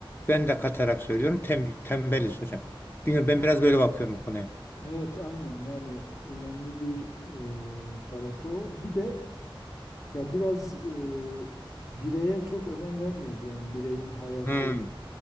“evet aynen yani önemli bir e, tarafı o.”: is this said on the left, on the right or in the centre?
Left